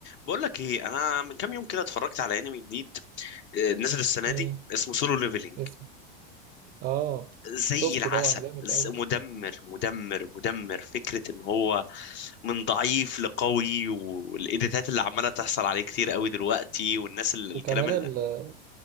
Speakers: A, on the left; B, on the right.
A: بقول لك ايه انا من كام يوم كده اتفرجت على انمي جديد آه، نزل السنه
B: مم.
A: دي اسمه سولو ليفلينج
B: اسم اه
A: زي
B: شفته
A: العسل
B: طبعا جامد
A: ز-
B: قوي
A: مدمر مدمر مدمر فكره ان هو من ضعيف لقوي والايديتات اللي عماله تحصل عليه كتير قوي دلوقتي والناس اللي
B: وكمان
A: الكلام
B: ال-